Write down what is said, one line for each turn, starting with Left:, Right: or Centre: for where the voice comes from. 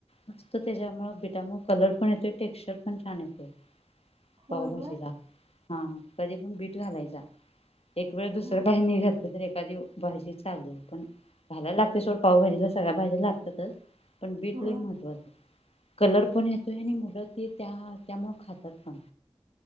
Left: मस्त त्याच्यामुळे बिटामुळे कलर पण येतोय टेक्स्चर पण छान येतोय.
Right: होय
Left: पावभाजीला
Right: होय
Left: हा कधी पण बीट घालायचा. एक वेळ दुसरं
Right: हा
Left: काही नाही घातलं तर ए खादी भाजी चालेल पण घालायला लागते सोड पावभाजीला सगळ्या भाजी लागतातच पण बीट
Right: होय
Left: लय महत्त्वाचं आहे कलर पण येतो आहे आणि मुलं ते त्या त्यामुळ खातात पण